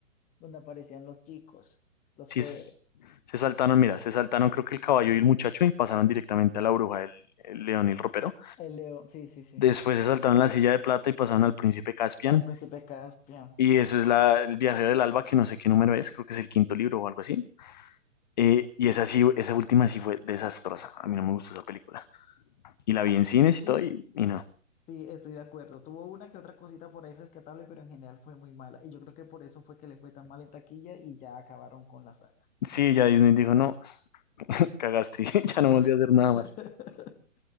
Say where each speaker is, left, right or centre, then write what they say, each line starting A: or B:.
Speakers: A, on the left; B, on the left.
A: donde aparecían los chicos, los
B: sí,
A: Pevere,
B: s- se saltaron, mira, se saltaron creo que el caballo y el muchacho y pasaron directamente a la bruja del el león y el ropero.
A: el león, sí, sí, sí,
B: Después se saltaron la silla de plata y pasaron al príncipe Caspian.
A: al príncipe Caspian.
B: Y eso es la, el viajero del alba, que no sé qué número es, creo que es el quinto libro o algo así. Eh, y esa sí, esa última sí fue desastrosa. A mí no me gustó esa película. Y la vi en cines y
A: Sí,
B: todo, y, y no.
A: sí, estoy de acuerdo. Tuvo una que otra cosita por ahí rescatable, pero en general fue muy mala. Y yo creo que por eso fue que le fue tan mal en taquilla y ya acabaron con la saga.
B: Sí, ya Disney dijo, no, cagaste, <laughs> ya
A: No.
B: no volví a hacer nada más.
A: <laughs>